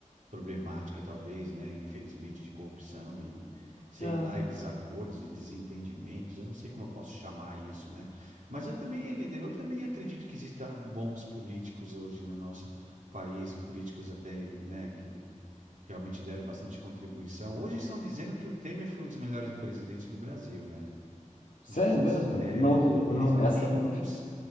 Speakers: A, on the right (about 75°); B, on the left (about 85°).
A: problemática, talvez, né? Infelizmente, de corrupção e
B: Mas,
A: sei
B: é,
A: lá, e desacordos e desentendimentos. Eu não sei como eu posso chamar isso, né? Mas eu também, eu também acredito que existam bons políticos hoje no nosso país, políticos até, né, que realmente deram bastante contribuição. Hoje estão dizendo que o Temer foi um dos melhores presidentes do Brasil, né?
B: Sério
A: Não sei se você.
B: mesmo?
A: é,
B: Eu não, vi-
A: o- eles
B: eu não-
A: ah,
B: essa
A: tem
B: eu
A: alguns
B: não vi.